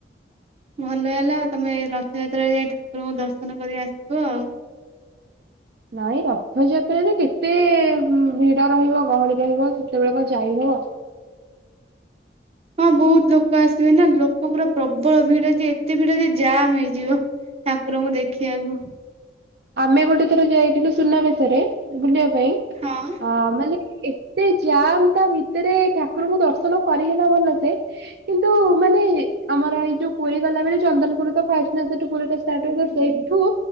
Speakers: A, on the right; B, on the right.
A: ଭଲ ହେଲା ଆଉ ତମେ ରଥଯାତ୍ରାରେ ଯାଇଁ ଠାକୁରଙ୍କୁ ଦର୍ଶନ କରି ଆସିବ ଆଉ।
B: ନାଇଁ ରଥ ଯାତ୍ରାରେ କେତେ ଭିଡ ରହିବ ଗହଳି ରହିବ ସେତେବେଳେ କଣ ଯାଇହବ।
A: ହଁ ବହୁତ ଲୋକ ଆସିବେ ନା ଲୋକ ପୁରା ପ୍ରବଳ ଭିଡ ଯେ ଏତେ ଭିଡ ଯେ ଜାମ୍ ହେଇଯିବ। ଠାକୁରଙ୍କୁ ଦେଖିବାକୁ
B: ଆମେ ଗୋଟେ ଥର ଯାଇଥିଲୁ ସୁନାବେଶ ରେ ବୁଲିବା ପାଇଁ
A: ହଁ
B: ହଁ ମାନେ ଏତେ ଜାମ୍ ତା ଭିତରେ ଠାକୁରଙ୍କୁ ଦର୍ଶନ କରିହେଲା ଭଲ ସେ କିନ୍ତୁ ମାନେ ଆମର ଏଇ ଯଉ ପୁରୀ ଗଲାବେେଳେ ଚନ୍ଦନପୁରୁ ତ ଫାଷ୍ଟ୍ ନା ସେ ପୁରୀଟା ଷ୍ଟାର୍ଟ ରହିବ ସେଇଠୁ